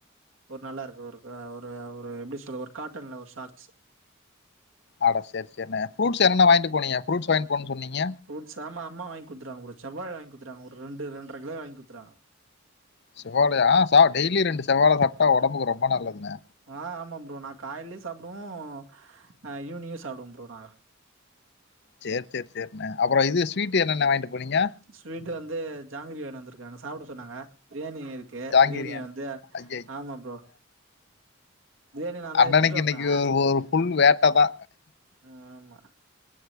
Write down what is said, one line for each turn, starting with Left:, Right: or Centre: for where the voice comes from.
Right: ஒரு நல்லா இருக்கு ஒரு அ ஒரு ஒரு எப்டி சொல்ல ஒரு காட்டன்ல ஒரு ஷாக்ஸ்
Left: ஆட செரி செரிண்ண ஃப்ரூட்ஸ் என்ன என்ன வாய்ன்ட்டு போனீங்க ஃப்ரூட்ஸ் வாய்ன்ட்டு போனுன் சொன்னீங்க
Right: ஃப்ரூட்ஸ் ஆமா அம்மா வாங்கி குட்த்துட்டாங்க ப்ரோ செவ்வாழ வாய்ங் குட்த்துடாங்க ஒரு ரெண்டு ரெண்டர கிலோ வாய்ங் குட்த்துருவாங்க
Left: செவ்வாழையா சா டெய்லி ரெண்டு செவ்வாழ சாப்ட்டா ஒடம்புக்கு ரொம்ப நல்லதுங்க
Right: அ ஆமா ப்ரோ நா காய்லையு சாப்டுவோ அ ஈவ்னிங்கு சாப்டுவோ ப்ரோ நாங்க
Left: செர் செர் செரிண்ண அப்புறோ இது ஸ்வீட்டு என்னென்ன வாங்கிட்டு போனீங்க
Right: ஸ்வீட்டு வந்து ஜாங்கிரி வாய்னு வந்திருக்காங்க சாப்ட சொன்னாங்க பிரியாணி இருக் கே
Left: ஜாங்கிரியா
Right: பிரியாணி வந்து
Left: ஐயய்
Right: ஆமா ப்ரோ பிரியாணி நா தா
Left: அண்ணனுக்கு
Right: எடுத்துட்டு வந்தே
Left: இன்னைக்கு ஒரு ஒரு ஃபுல் வேட்ட தா
Right: ம் ஆமா